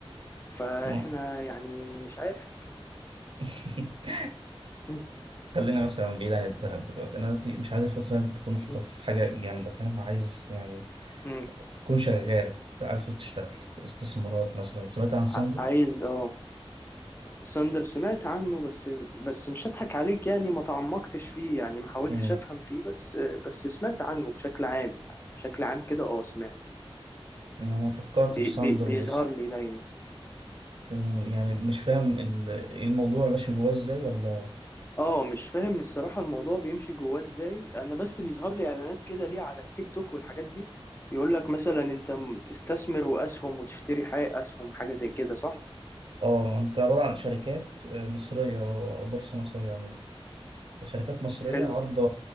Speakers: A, on the left (about 20°); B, on the right (about 60°).
A: فاحنا
B: آه.
A: يعني مش عارف
B: <laughs>
A: م-
B: خلينا مثلا بعيد عن الذهب دلوقتي انا دلوقتي مش عايز الفلوس دي تكون محطوطه
A: م-
B: في حاجه جامده فاهم عايز يعني
A: م.
B: تكون شغاله لا، عايز فلوس تشتغل استثمارات مثلا سمعت عن ساندر
A: ع- عايز اه ساندر سمعت عنه بس بس مش هضحك عليك يعني ما تعمقتش فيه يعني ما حاولتش
B: امم
A: افهم فيه بس بس سمعت عنه بشكل عام يعني بشكل عام كده اه سمعت
B: انا فكرت
A: بي
B: في ساندر
A: بي بيظهر
B: بس
A: لي دايما
B: أمم، يعني مش فاهم ال- الموضوع ماشي جواه ازاي ولا
A: اه مش فاهم الصراحة الموضوع بيمشي جواه ازاي انا بس بيظهر لي اعلانات كده ليه على التيك توك والحاجات دي يقول لك مثلا انت م- تستثمر واسهم وتشتري حاجة اسهم حاجة زي كده صح
B: اه انت عباره عن شركات آه، مصريه أو بورصه مصريه عموما شركات مصرية
A: حلو
B: عارضة